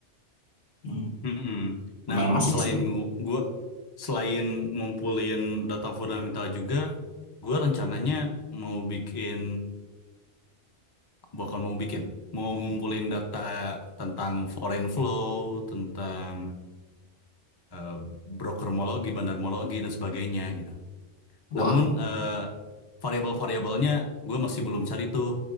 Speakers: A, on the left; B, on the left.
A: Hmm.
B: Mm-mm.
A: Lumayan
B: nah
A: asik
B: selain
A: sih.
B: gu- gua selain ngumpulin data fundamental juga gua rencananya mau bikin bakal mau bikin mau ngumpulin data tentang foreign flow tentang eh, brokermologi bandarmologi dan sebagainya gitu
A: Wah,
B: namun eh, variabel-variabelnya gue masih belum cari tuh